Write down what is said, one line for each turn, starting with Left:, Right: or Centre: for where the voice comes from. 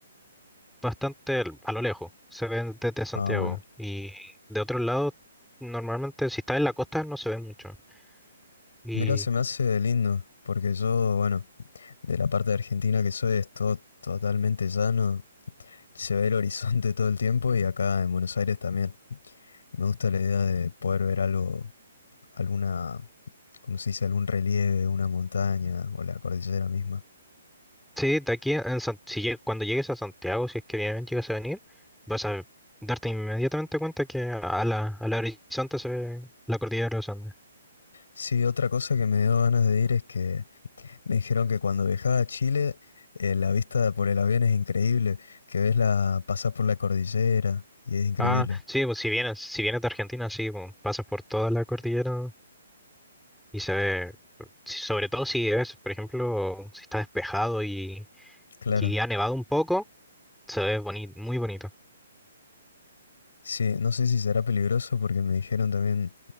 Centre: bastante al- a lo lejos, se ven desde Santiago.
Left: Ah, bueno.
Centre: Y de otro lado, normalmente si estás en la costa no se ven mucho. Y
Left: Mira, se me hace lindo, porque yo, bueno, de la parte de Argentina que soy es todo totalmente llano, se ve el <laughs> horizonte todo el tiempo y acá en Buenos Aires también. Me gusta la idea de poder ver algo, alguna, ¿cómo se dice? Algún relieve, una montaña o la cordillera misma.
Centre: sí, de aquí en San- si lleg- cuando llegues a Santiago, si es que bien llegas a venir, vas a darte inmediatamente cuenta que a la, a la horizonte se ve la cordillera de los Andes.
Left: Sí, otra cosa que me dio ganas de ir es que me dijeron que cuando viajaba a Chile, eh, la vista por el avión es increíble, que ves la, pasás por la cordillera y es increíble.
Centre: Ah, sí, pues si vienes, si vienes de Argentina, sí, pues, pasas por toda la cordillera y se ve, si- sobre todo si es, por ejemplo, si está despejado y,
Left: Claro.
Centre: y ha nevado un poco, se ve boni- muy bonito.
Left: Sí, no sé si será peligroso porque me dijeron también